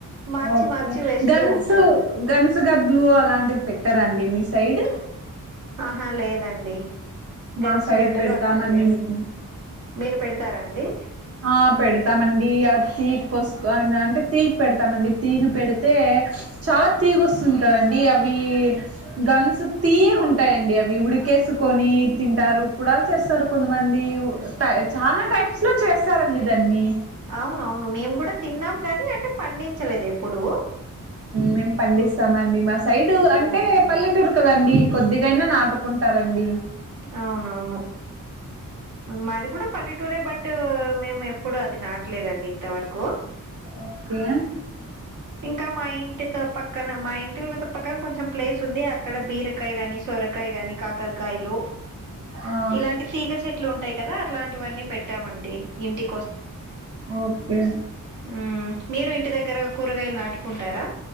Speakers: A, on the right; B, on the right.
A: మార్చి
B: ఓకే
A: మార్చి వేస్తూ
B: గన్స్
A: ఉంటాము
B: గన్స్ గడ్లు అలాంటివి పెట్టారండి మీ సైడ్
A: ఆహా లేదండి
B: మా
A: గన్స్
B: సైడ్
A: గడ్డలు
B: పెడతామండి
A: అలాంటివి ఏమీ
B: మేము
A: మీరు పెడతారండి
B: ఆ పెడతామండి ఆ తీగ కోసు అంటే తీగ పెడతామండి తీగ పెడితే చాలా తీగ వస్తుంది కదా అండి అవి గన్స్ తీయగా ఉంటాయండి అవి ఉడికేసుకొని తింటారు గుడలు చేస్తారు కొంతమంది చాలా టైప్స్ లో చేస్తారండి దాన్ని
A: అవును అవును మేము కూడా తిన్నాం గానీ అంటే పండించలేదు ఎప్పుడు
B: మేము పండిస్తామ అండి మా సైడ్ అంటే పల్లెటూరు కదండి కొద్దిగానైనా నాటుకుంటారండి
A: అవును అవును మాది కూడా పల్లెటూరే బట్ మేము ఎప్ ఇప్పుడు అది నాటలేదండి ఇంతవరకు
B: ఓకే
A: ఇంకా మా ఇంటితో పక్కన మా ఇంటి పక్కన కొంచెం ప్లేస్ ఉంది అక్కడ బీరకాయ కాని సొరకాయ ఉంటాయి కానీ కాకరకాయలు
B: ఆ
A: ఇలాంటి తీగ చెట్లు ఉంటాయి కదా అట్లాంటివన్నీ పెట్టామండి ఇంటి
B: ఓకే
A: మ్ మీరే ఇంటి దగ్గర కూరగాయలు నాటుకుంటారా